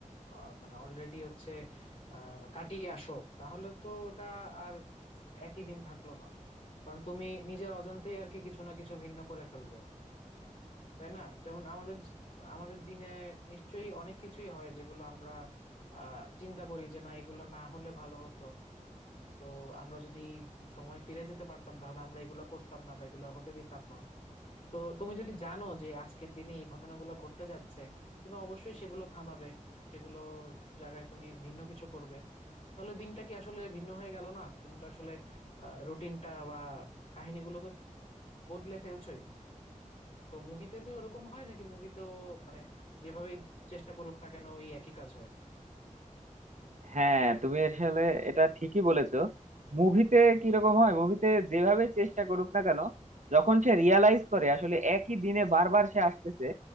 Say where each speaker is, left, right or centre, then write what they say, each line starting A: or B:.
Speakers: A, on the left; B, on the right.
A: আহ, মানে অলরেডি হচ্ছে আহ কাটিয়ে আসো তাহলে তো এটা আর একই দিন থাকলো না কারণ তুমি নিজের অজান্তেই আর কি কিছু না কিছু ভিন্ন করে ফেলবে তাই না যেমন আমাদের আমাদের দিনে নিশ্চয়ই অনেক কিছুই হয় যেগুলো আমরা আহ চিন্তা করি যে না এগুলো না হলে ভালো হতো তো আমরা যদি সময় ফিরে যেতে পারতাম তাহলে আমরা এগুলো করতাম না বা এগুলো হতে দিতাম না তো তুমি যদি জানো যে আজকের দিনে এই ঘটনাগুলো ঘটতে যাচ্ছে তুমি অবশ্যই সেগুলো থামাবে সেগুলোর জায়গায় তুমি ভিন্ন কিছু করবে তাহলে দিনটা কি আসলে ভিন্ন হয়ে গেল না তুমি তো আসলে রুটিনটা বা কাহিনীগুলো তো বদলে ফেলছোই তো মুভিতে কি ওরকম হয় নাকি মুভিতেও মানে যেভাবেই চেষ্টা করুক না কেন ওই একই কাজ হয়
B: হ্যাঁ তুমি আসলে এটা ঠিকই বলেছো মুভিতে কিরকম হয় মুভিতে যেভাবে চেষ্টা করুক না কেন যখন সে রিয়ালাইজ করে আসলে একই দিনে বারবার সে আসতেছে